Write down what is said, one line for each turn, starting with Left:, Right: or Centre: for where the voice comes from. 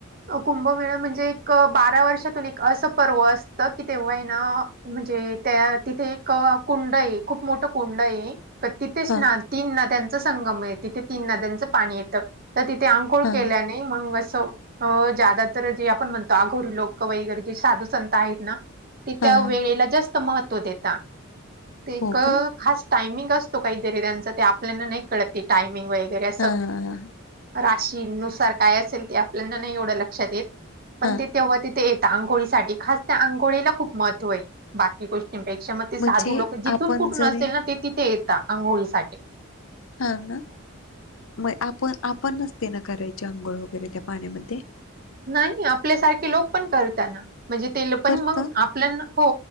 Right: कुंभमेळा म्हणजे एक बारा वर्षातून एक असं पर्व असतं की तेव्हा आहे ना. म्हणजे त्या तिथे एक कुंड आहे खूप मोठं कुंड आहे. तिथेच
Left: हा
Right: ना तीन नद्यांच संगम आहे तिथे तीन नद्यांचं पाणी येतं. तर तिथे अंकोळ
Left: हा
Right: केल्याने मग असं. अ ज्यादा तर जे आपण म्हणतो अघोरी लोक वगैरे जे साधू संत आहेत ना. ते
Left: हा
Right: त्या वेळेला
Left: हा
Right: जास्त महत्व देेता ते.
Left: हो
Right: खास
Left: का
Right: टायमिंग असतो काही दरिद्यांचा ते आपल्याला नाही कळते टायमिंग वगैरे असं.
Left: हा हा हा
Right: राशी नुसार काय असेल ते आपल्याला नाही एवढं लक्षात येत पण
Left: हा
Right: त. तेव्हा तिथे येतात आंघोळीसाठी खास त्या आंघो ळीला खूप महत्त्व आहे बाकी गोष्टी. पेक्षा मग ते साधू
Left: म्हणजे
Right: लोक जिथून
Left: आपण
Right: कुठून
Left: जरी
Right: असेल ना ते तिथे येतात आंघोळी साठी.
Left: हां ना मग आपण आपण नसते ना करायचे आंघोळ वगैरे त्या पाण्यामध्ये
Right: नाही आपल्यासारखे लोक पण करताना म्हणजे ते पण
Left: करत
Right: मग आप हो